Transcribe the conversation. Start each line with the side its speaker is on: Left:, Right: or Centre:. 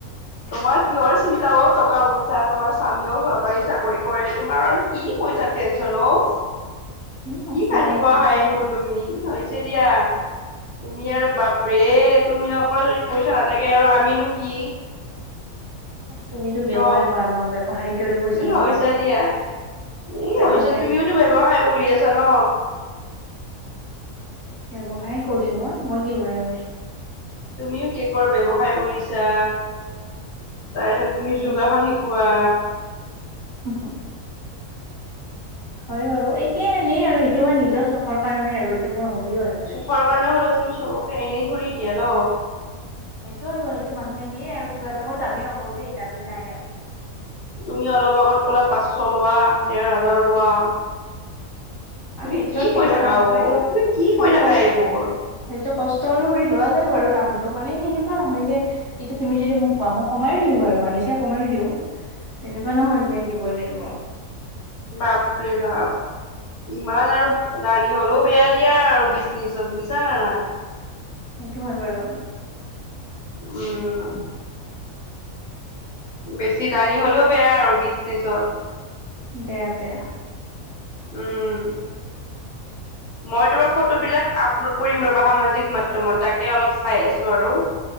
Left: তোমাৰ কিহৰ চি ন্তা অ টকা পইচা তোমাৰ স্বামীয়েও চৰকাৰী চাকৰি কৰে তোমাৰ আৰু কি পইচা টেনচন অ।
Right: <unintelligible>
Left: কি কান্দিব
Right: ৰবা পইচা
Left: আহা এইবোৰ তুমি হৈছে দিয়া। তুমি আৰু বাপৰে তুমি অকল যদি পইচা নাথাকে আৰু আমিনো কি।
Right: তুমিতো ব্যৱসায়
Left: ন
Right: কৰা ন ব্যৱসায়ৰ দৰে পইচা
Left: ই
Right: নো
Left: হৈছে
Right: ক'ত
Left: দিয়া ই
Right: ব্যৱসায়
Left: হৈছে তুমিওতো ব্যৱসায় কৰি আছা ন।
Right: ব্যৱসায় কৰিছো মই, মই কি ব্যৱসায় কৰিছো?
Left: তুমিও কেকৰ ব্যৱসায় কৰিছা, তাৰপিছত তুমি
Right: কৰিছো
Left: যোগাসন শি কোৱা।
Right: হয় বাৰু, একেই আৰু এইটো মোৰ নিজৰ চখৰ কাৰণে আৰু এইটো মোৰ হবি হয়। মানে
Left: চখৰ কাৰণে হলেও তুমি চবকে এনেই ধৰি দিয়া ন।
Right: সেইটো হয় বাৰু এইটো মানুহে দিয়ে আৰু কিবা এটা মই দাবী নকৰো দেই দাবী নাই আৰু।
Left: তুমি অলপ আগত ক'লা পাঁচশ লোৱা দেৰ হাজাৰ লোৱা
Right: অঁ
Left: তুমি
Right: সেইটো
Left: কি
Right: আৰু কেকৰ
Left: কৈ থাকা
Right: দামটো
Left: অ,
Right: এইটো সেইটো
Left: তুমি কি কৈ থাকা
Right: কষ্ট
Left: এইবোৰ
Right: সেইটো কষ্ট অনুসৰি লোৱা যায় বাৰু দামটো মানে সেনেকুৱা নহয় যে এইটো তুমি যদি মোক কোৱা মোক কমাইয়ো দিওঁ বাৰু মানুহ চাই কমাইয়ো দিওঁ, তেনেকুৱা নহয় যে দিবই লাগিব।
Left: বাপৰে বাপ ইমান আৰু দানী হলেও বেয়া দিয়া আৰু বিজনেচত, বুজিছা নাই?
Right: সেইটো হয় বাৰু।
Left: উম, বেছি দানী হলেওঁ বেয়া আৰু বিজনেচত।
Right: বেয়া, বেয়া।
Left: উম,
Right: <inaudible>
Left: মই তোমাৰ ফটো বিলাক আপলোড কৰিম ৰ'বা সামাজিক মাধ্যমত তাকে অলপ চাই আছোঁ আৰু।